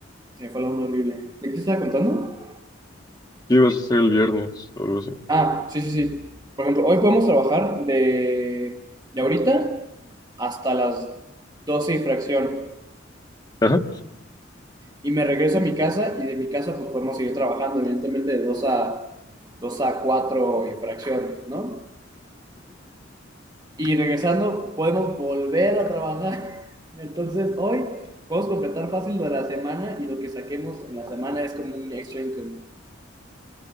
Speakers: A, on the right (about 20°); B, on the left (about 20°).
A: Se me fue la onda horrible. ¿De qué te estaba contando?
B: ¿Qué ibas a hacer el viernes o algo así?
A: Ah, sí, sí, sí. Por ejemplo, hoy podemos trabajar de, de ahorita hasta las 12 y fracción.
B: Ajá.
A: Y me regreso a mi casa y de mi casa pues podemos seguir trabajando, evidentemente de dos a, dos a 4 y fracción, ¿no? Y regresando podemos volver a trabajar. <laughs> Entonces hoy podemos completar fácil lo de la semana y lo que saquemos en la semana es como un extra income.